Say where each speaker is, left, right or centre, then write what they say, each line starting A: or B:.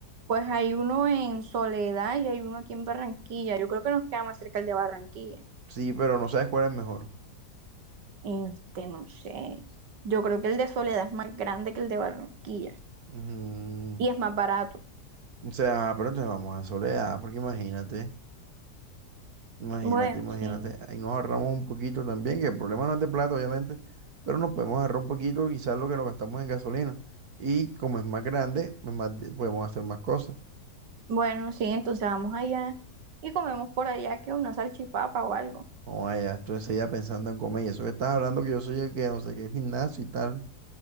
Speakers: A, on the right; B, on the right.
A: Pues hay uno en Soledad y hay uno aquí en Barranquilla. Yo creo que nos queda más cerca el de Barranquilla.
B: Sí, pero no sabes cuál es mejor.
A: Este, no sé. Yo creo que el de Soledad es más grande que el de Barranquilla
B: Mm,
A: y es más barato.
B: O sea, pero entonces vamos a Soledad, porque imagínate, imagínate,
A: Bueno,
B: imagínate.
A: sí.
B: Ahí nos ahorramos un poquito también, que el problema no es de plata, obviamente, pero nos podemos ahorrar un poquito quizás lo que nos gastamos en gasolina. Y como es más grande, pues más di- podemos hacer más cosas.
A: Bueno, sí, entonces vamos allá y comemos por allá que una salchipapa o algo.
B: No vaya, tú enseguida pensando en comer. Y eso que estás hablando que yo soy el que no sé qué, el gimnasio y tal.